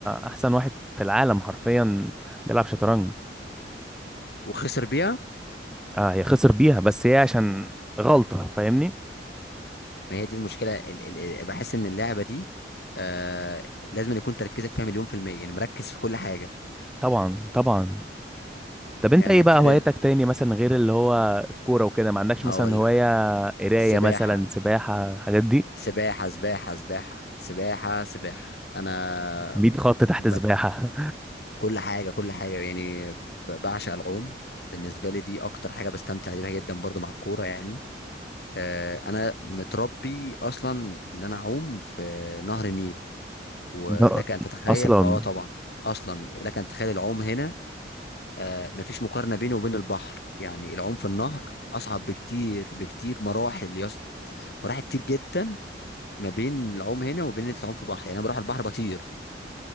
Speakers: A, in the centre; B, on the left.
A: احسن واحد في العالم حرفيا بيلعب شطرنج
B: وخسر بيها
A: اه هي خسر بيها بس هي عشان غلطة فاهمني
B: ما هي دي المشكله ال ال ال بحس ان اللعبه دي آه لازم يكون تركيزك فيها مليون في المية يعني مركز في كل حاجة
A: طبعا طبعا طب انت
B: يعني
A: ايه بقى
B: بتقلل
A: هوايتك تاني مثلا غير اللي هو الكورة وكده ما عندكش
B: هقول
A: مثلا هواية
B: لك.
A: قراية
B: سباحة
A: مثلا سباحة الحاجات دي
B: سباحة سباحة سباحة سباحة سباحة أنا
A: 100 خط تحت
B: ب...
A: سباحة
B: كل حاجة كل حاجة يعني ب- بعشق العوم بالنسبة لي دي أكتر حاجة بستمتع بيها جدا برضو مع الكورة يعني آه، أنا متربي أصلا إن أنا أعوم في نهر النيل ولك
A: <laughs> لا،
B: أن تتخيل
A: اصلا
B: أه طبعا أصلا لك أن تتخيل العوم هنا آه، مفيش مقارنة بينه وبين البحر يعني العوم في النهر أصعب بكتير بكتير مراحل يص... مراحل كتير جدا ما بين العوم هنا وبين ان انت تعوم في بحر يعني انا بروح البحر بطير